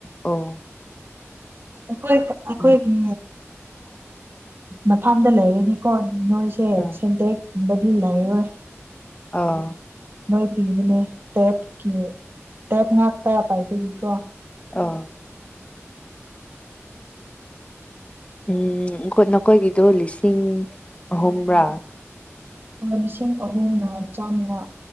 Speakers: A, on the left (about 25°); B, on the right (about 50°).
A: ꯑꯣ
B: ꯑꯩꯈꯣꯏ ꯑꯩꯈꯣꯏꯒꯤ
A: ꯎꯝ
B: ꯃꯐꯝꯗ ꯂꯩꯔꯅꯤꯀꯣ ꯅꯣꯏ ꯁꯦ
A: ꯑꯥ
B: ꯁꯦꯟꯗ꯭ꯔꯦꯨꯝꯕꯗꯤ ꯂꯩꯔꯣꯏ
A: ꯑ
B: ꯅꯣꯏ ꯄꯤꯕꯅꯦ ꯇꯦꯞꯀꯤ ꯇꯦꯞ ꯉꯥꯛꯛꯇ ꯄꯥꯏꯕꯒꯤꯀꯣ
A: ꯑ ꯎꯝ ꯅꯈꯣꯏꯒꯤꯗꯣ ꯂꯤꯁꯤꯡ ꯑꯍꯨꯝ꯭ꯔꯥ
B: ꯂꯤꯁꯤꯡ ꯑꯍꯨꯝꯅ ꯆꯥꯝꯃꯉꯥ